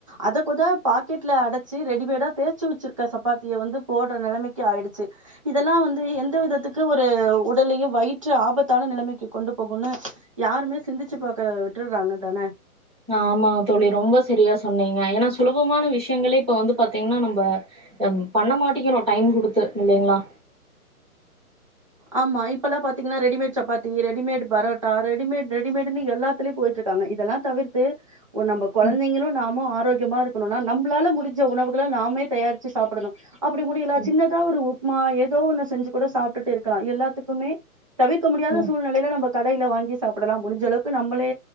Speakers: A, on the right; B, in the centre.
A: அத குத பாக்கெட்ல அடச்சு ரெடிமேடா தே ச்சு வச்சுருக்க சப்பாத்திய வந்து போடுற நெலமைக்கு ஆயிடுச்சு இதெல்லாம் வந்து எந்த விதத்துக்கு ஒரு உட் உடலையும் வயிற்று ஆபத்தான நிலமை க்கி கொண்டு போகுன்னு யாருமே சிந்திச்சு பாக்கறத விட்டுர்காங்க தானே
B: ஆமாங்க தோழி ரொம்ப செரியா சொன்னீங்க ஏன்னா சுலபமான விஷ்யங்களே இப்ப வந்து பாத்தீங்ன்னா நம்ப பண்ண மாட்டேக்கிறோம் டைம் குடுத்து இல்லைங்ளா
A: ஆமா இப்பெல்லாம் பாத்தீங்கன்னா readymade chapati readymade parotta readymade ரெடிமேட்னு எல்லாத்துலயும் போயிட்ருக்கு காங்க இதெல்லாம் தவிர்த்து ஒ நம்ப கொழந்தைங்களும்
B: ம்
A: நாமும் ஆரோக் ஆரோக்கியமா இருக்கணும்னா நம்பளால முடிஞ்ச உணவுகள நாமே தயாரிச்சு சாப்புடணும் அப்புடி முடியல
B: ம்
A: சின்னதா ஒரு ஒ ப்மா எதோ ஒன்னு செஞ்சு கூட சாப்ட்டுட்டே இரு க்கலா எல்லாத்துக்குமே தவிர்க்க முடியாத
B: ம்
A: சூழ்நிலைல நம்ம கடைல வாங்கி சாப்பிடலா முடிஞ்ச அளவுக்கு நம்மளே